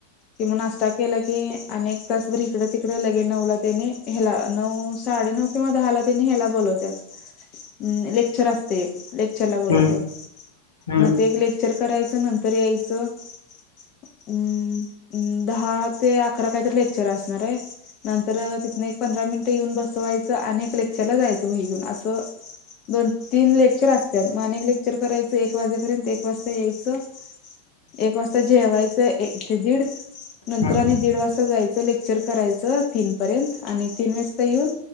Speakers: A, on the left; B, on the left.
A: कि म नाश्ता केला की अनेक तासभर इकड-तिकड लगे नऊ ला त्यानी ह्याला नऊ, साडे नऊ किंवा दहाला त्यांनी हेला बोलवत्यात अ लेक्चर असते. लेक्चर ला बोलवत्यात,
B: हम्म हम्म
A: मग ते एक लेक्चर करायच नंतर यायच मं, मं दहा ते अकरा काहीतर लेक्चर असणार आहे. नंतर तिथनं एक, पंधरा मिनिट येऊन बसवायच अनेक ले क्चरला जायचं वही घेऊन असं दोन, तीन लेक्चर असत्यात. म अनेक लेक्चर करायचं एक वाजेपर्यंत एक वाजता यायचं एक वाजता जेवायचं एक ते दीड नंतर
B: मग
A: आणि दीड वाजता जायचं. लेक्चर करायचं तीन पर्यंत आणि तीन वाजता येऊन